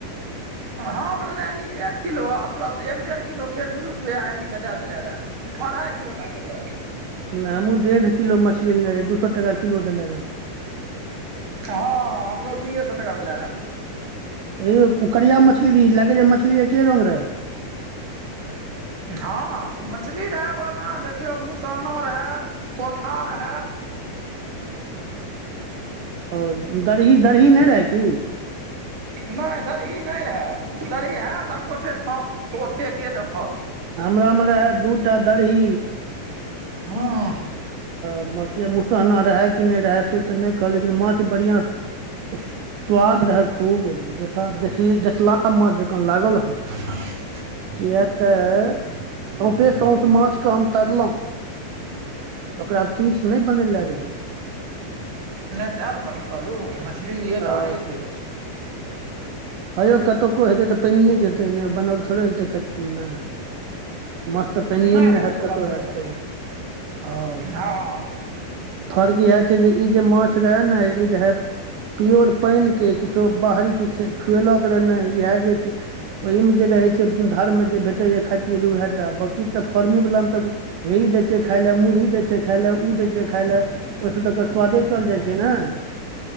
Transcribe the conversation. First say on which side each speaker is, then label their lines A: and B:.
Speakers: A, on the right (about 50°); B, on the right (about 75°).
A: हम लेले रहि एक किलो आ प्लस एक डेढ़ किलो फेर वि रुत भैया आनि के दए देले रहे। अढ़ाइ किलो भए गेल रहऽ।
B: नहि हमूँ डेढ़ किलो मछली ले रहे दू सौ तेरहटाका किलो देले रहे।
A: हँ हमरो दुए सौ टका देले रहए।
B: यौ उकरिया मछली री लगे जे मछली एके रंग रहे।
A: हँ मछली रहै ओहिमे देखियौ मुसाना रहै पोठा रहै।
B: और दरही दरही नैह रहै की।
A: नैय दरही नैय रहये दरही हेएत आब गोेटे ओतेक के देखत।
B: हमरा मे रहए दूटा दरही।
A: हूँ।
B: हँ बकिया मुसहना रहए कि नै रहए से तऽ नहि कहब लेकिन माछ बढ़िआँ सँ- स्वाद रहे खूब देसा-देसले-देसला माछ जेंका लागल हमरा।
A: <unintelligible>
B: किए तऽ सौसे साँस माछके हम तरलौ। ओकरा पीस नै बनेले रहियै।
A: नैह तऽ तहेत दुआरे नै कहलू मछली रहै
B: आ
A: धारे के।
B: हे यौ कतौके हेतै तऽ पानियए के हेतै बनल थोड़े हेतै फैक्ट्रीमे। माछ तऽ पैनियए
A: नहि
B: मे
A: नहि
B: नै
A: ओ
B: हेएत
A: तऽ
B: कतौ
A: बात छेबे
B: हेएत
A: करत
B: हँ।
A: हँ
B: फर्क इहे छै जे ई जे माछ रहै ने ई रहे। पियोर पैन के किछो बाहरी किछु खुएलक रहना इएह जे की ओहि मे जे रहे छै धार मे जे भेटेए खाय पिय ले उएहे। तऽ बाँकी तऽ फर्मीवलामे तऽ हे ई दै छै खाइ लए मुरही दै छै खाइ लए ओ दै छै खाइ लए। ओहिसँ तऽकर स्वादे चअल जाइत छै ने।